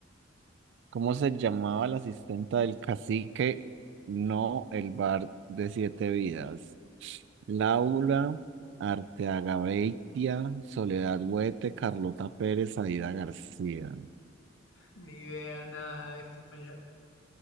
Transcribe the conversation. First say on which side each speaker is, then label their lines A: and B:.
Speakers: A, on the right; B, on the left.
A: ¿cómo se llamaba la asistenta del cacique? No, el bar de siete vidas. Laura, Arteaga Beitia, Soledad Huete, Carlota Pérez, Aida García.
B: Ni idea, nada de esto español.